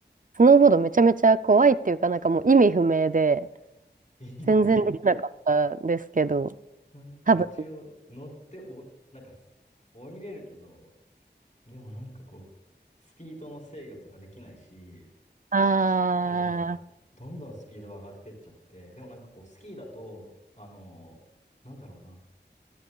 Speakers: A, on the right; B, on the left.
A: スノーボードめちゃめちゃ怖いっていうか、なんかもう意味不明で、
B: ねいい上
A: 全然できなかったんですけど、
B: なんか一応乗ってお、
A: 多分
B: なんかす降りれるけど、でもなんかこう、スピードの制御とかできないし、
A: あ
B: だからなんか、どんどんスピードが上がってっちゃって、でもなんかこう、スキーだと、あのーなんだろうな、